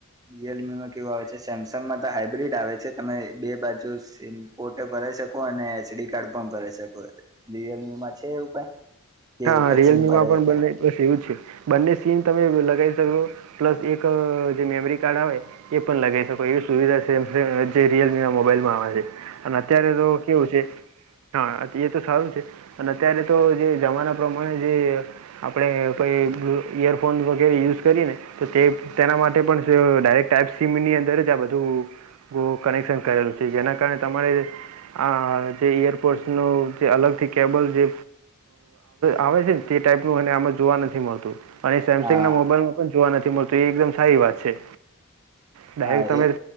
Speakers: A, on the right (about 15°); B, on the right (about 85°).
A: રિયલમીમાં કેવા હોય છે સેમસંગમાં તો હાઈબ્રિડ આવે છે તમે બે બાજુ સીમ પોતે ભરો શકો અને એચડી કાર્ડ પણ ભરા શકો રિયલમીમાં છે એવું કઈ કે
B: હા
A: એક
B: રિયલમી
A: જ સીમ ભરાઈ
B: માં પણ
A: શકાય
B: બને બસ એવું જ છે બંને સીન તમે લગાવી શકો. પ્લસ એક જે મેમરી કાર્ડ આવે. એ પણ લગઈ શકો એવી સુવિધા છે જે રિયલમી ના મોબાઈલમાં આવે છે. અને અત્યારે તો કેવું છે હા એ તો સારું છે અને અત્યારે તો જે જમાના એ પ્રમાણે જે આપણે કંઈ ઇયરફોન વગેરે યુઝ કરીએ ને તો તે તેના માટે પણ ડરેક્ટ ટપ સમની અંદર જ આ બધું કનેક્શન કરેલું છે જેના કારણે તમારે આ જે ઈયરપોડ્સ ન જે અલગથી કેબલ જે આવે છે ને તે ટાઈપ નુંને આમાં જોવા નથી મળતું અને એ સેમસંગ
A: હા
B: ના મોબાઈલ જોવા નથી મળતું એ એકદમ સારી વાત છે ડરેક્ટ
A: હા
B: તમે
A: એ
B: ટ